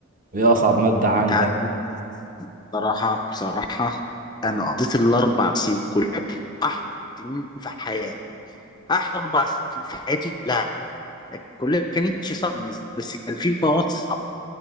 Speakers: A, on the right; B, on the left.
A: ايه اصعب مادة عندك
B: انت عارف إن بصراحة بصراحة انا قضيت الاربع سنين كلها احلى سنين في حياتي احلى اربع سنين في حياتي لا كلها ما كانتش صعبة بالنسبة لي، بس كان في مواد صعبة